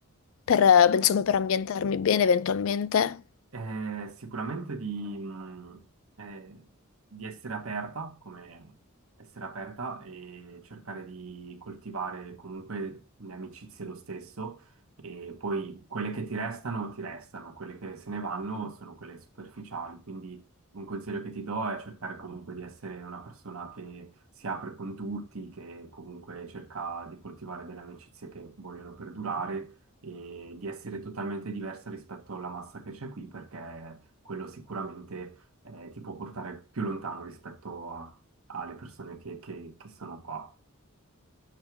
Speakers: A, on the left; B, on the right.
A: per, eh, insomma, per ambientarmi bene eventualmente?
B: Eh, sicuramente di, mh, eh, di essere aperta, come essere aperta e cercare di coltivare comunque le amicizie lo stesso e poi quelle che ti restano ti restano, quelle che se ne vanno sono quelle superficiali, quindi un consiglio che ti do è cercare comunque di essere una persona che si apre con tutti, che comunque cerca di coltivare delle amicizie che vogliono perdurare e di essere totalmente diversa rispetto alla massa che c'è qui, perché quello sicuramente eh, ti può portare più lontano rispetto a- alle persone che, che- che sono qua.